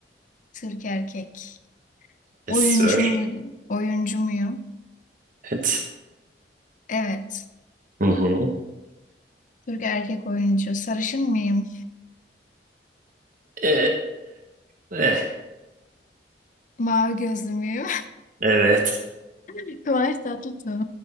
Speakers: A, on the left; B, on the right.
A: Türk erkek.
B: Yes
A: Oyuncu
B: sir.
A: muyum? Oyuncu muyum?
B: Evet.
A: Evet.
B: Hı hı.
A: Türk erkek oyuncu. Sarışın mıyım?
B: Ee, e, Ee. e.
A: Mavi gözlü müyüm?
B: Evet.
A: <laughs> Kıvanç Tatlıtuğ.